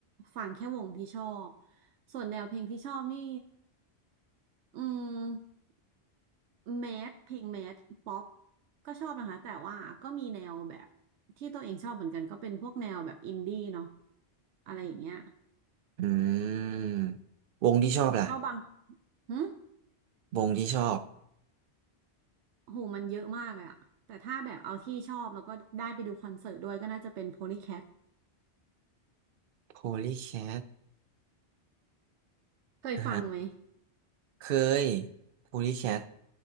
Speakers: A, on the right; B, on the right.
A: ฟังแค่วงที่ชอบส่วนแนวเพลงที่ชอบนี่อืมแมสเพลงแมสป๊อปก็ชอบนะคะแต่ว่าก็มีแนวแบบที่ตัวเองชอบเหมือนกันก็เป็นพวกแนวแบบอินดี้เนาะอะไรอย่างเงี้ย
B: อืมวงที่ชอบล่ะ
A: แล้วก็บางหึ
B: วงที่ชอบ
A: โหมันเยอะมากเลยอะแต่ถ้าแบบเอาที่ชอบแล้วก็ได้ไปดูคอนเสิร์ตด้วยก็น่าจะเป็น Polycat
B: Polycat
A: เคยฟังไหม
B: อ่าฮะเคย Polycat